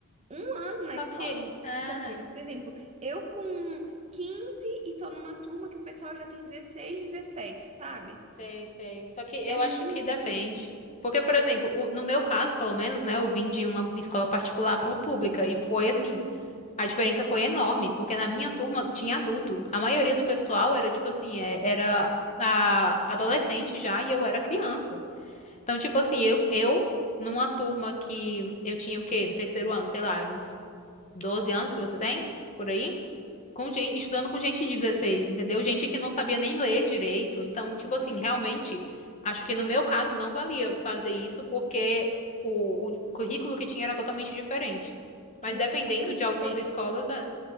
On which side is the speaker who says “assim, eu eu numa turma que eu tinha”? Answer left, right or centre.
Left